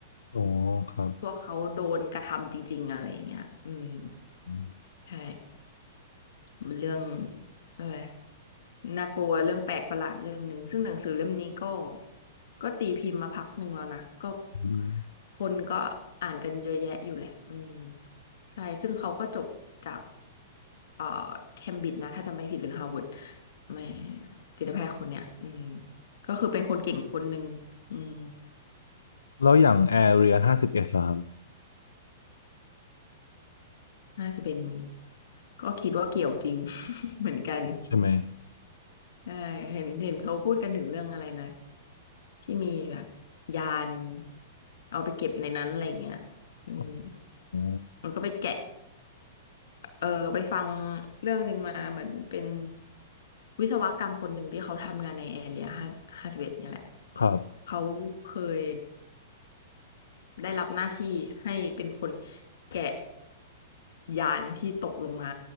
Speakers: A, on the left; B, on the left.
A: อ๋อครับ
B: พวกเขาโดนกระทำจริงๆอะไรอย่างเงี้ยอืม
A: อืม
B: ใช่ มันเรื่องอะไรน่ากลัวเรื่องแปลกประหลาดเรื่องหนึ่งซึ่งหนังสือเล่มนี้ก็ก็ตีพิมพ์มาพักหนึ่งแล้วนะก็
A: อืม
B: คนก็อ่านกันเยอะแยะอยู่แหละอืมใช่ซึ่งเขาก็จบจากเอ่อเคมบริดจ์นะถ้าจำไม่ผิดหรือฮาร์วาร์ดไม่จิตแพทย์คนเนี้ยอืมก็คือเป็นคนเก่งคนหนึ่งอืม
A: แล้วอย่างแอเรียห้าสิบเอ็ดล่ะครับ
B: น่าจะเป็นก็คิดว่าเกี่ยวจริง <laughs> เหมือนกัน
A: ใช่ไหม
B: ใช่เห็นเห็นเขาพูดกันถึงเรื่องอะไรนะ ที่มีแบบยานเอาไปเก็บในนั้นอะไรเงี้ยอืม
A: อ๋อ
B: มันก็ไปแกะ เออ ไปฟังเรื่องหนึ่งมาเหมือนเป็นวิศวกรรมคนหนึ่งที่เขาทำงานในแอเรียห้าห้าสิบเอ็ดเนี่ยแหละ
A: ครับ
B: เขาเคย ได้รับหน้าที่ให้เป็นคนแกะยานที่ตกลงมา